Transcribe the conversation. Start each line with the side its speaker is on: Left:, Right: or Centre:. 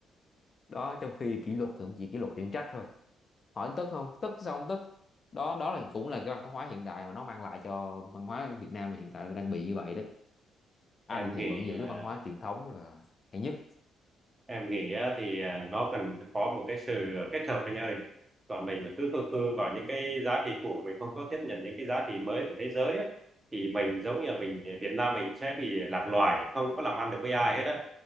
Left: đó trong khi kỷ luật thì cũng chỉ kỷ luật khiển trách thôi hỏi tức không tức sao không tức đó đó là cũng là cái văn hóa hiện đại mà nó mang lại cho văn hóa Việt Nam mà hiện tại đang bị như vậy đấy anh
Right: em nghĩ
Left: thì vẫn giữ cái
Right: ờ,
Left: văn hóa truyền thống là hay nhất
Right: em nghĩ á, thì à, nó cần phải có một cái sự kết hợp anh ơi còn mình mà cứ khư khư vào những cái giá trị cũ mình không có tiếp nhận những cái giá trị mới của thế giới á, thì mình giống như là mình à, Việt Nam mình sẽ bị lạc loài không có làm ăn được với ai hết á